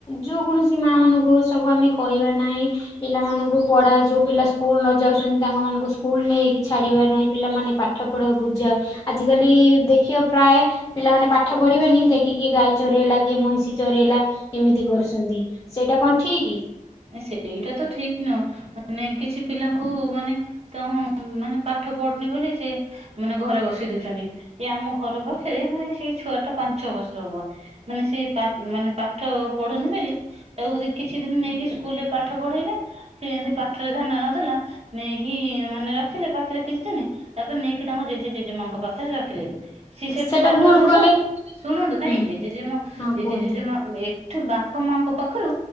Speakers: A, on the left; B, on the right.
A: ଯେକୌଣସି ମା ମାନଙ୍କୁ ସବୁ ଆମେ କହିବା ନାହିଁ। ପିଲାମାନଙ୍କୁ ପଢ଼ାଅ ଯୋଉ ପିଲା ସ୍କୁଲ ନ ଯାଉଛନ୍ତି ତାଙ୍କ ମାନଙ୍କୁ ସ୍କୁଲ ନେଇକି ଛାଡି଼ବା ନାହିଁ ପିଲାମାନେ ପା ପାଠ ପଢ଼ାଅ ବୁଝା ଆଜିକାଲି ଦେଖିବ ପ୍ରାୟ ପିଲାମାନେ ପା ପାଠ ପଢି଼ବେନି ଯାଇକି କି ଗାଈ ଚରେଇଲା କି ମଇଁଷି ଚରଇଲା ଏମିତି କରୁଛନ୍ତି ସେଇଟା କଣ ଠିକ୍?
B: ସେଇଟା ତ ଠିକ୍ ନୁହଁ ମାନେ କିଛି ପିଲାଙ୍କୁ ମାନେ ତା ମାନେ ପାଠ ପଢୁ଼ନି ବୋଲି ସେ ମାନେ ଘରେ ବସେଇ ଦଉଛନ୍ତି ଏ ଆମ ଘର ପାଖରେ ମାନେ ସେଇ ଛୁଆ ଟା ପା ଛଅ ବର୍ଷର ହବ ମାନେ ସେ ମାନେ ପାଠ ପଢୁ଼ନି ବୋଲି ତାକୁ କିଛି ଦିନ୍ ନେଇ ସ୍କୁଲରେ ପାଠ ପଢେଇଲେ ସେ ଯେମିତି ପାଠରେ ଧ୍ୟାନ ନଦେଲା ନେଇକି ମାନେ ରଖିଲେ ପାଖରେ କିଛି ଦିନି ତାପରେ ନେଇକି ତାଙ୍କ ଜେଜେ ଜେଜେ ମାଆଙ୍କ ପାଖରେ ରଖିଲେ। ସିଏ ସେଠି
A: ସେଇଟା
B: ପାଠ
A: ଭୁଲ
B: ଧରିଲା
A: କଲେ
B: ଶୁଣନ୍ତୁ ନାଇଁ
A: ହୁଁ
B: ଜେଜେ ଜେଜେମା
A: ହଁ
B: ଜେଜେ
A: କୁହନ୍ତୁ।
B: ଜେଜେମା ଠୁ ବାପା ମାଙ୍କ ପାଖରୁ